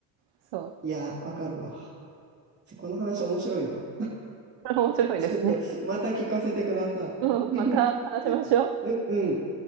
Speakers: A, on the right; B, on the right.
A: そ
B: いや、わかるわ。ちょこの話面白いな。
A: う。これ面白いですね。
B: ちょっと、また聞かせてください。
A: うん、
B: <laughs>
A: また話しましょう。
B: うん、うん。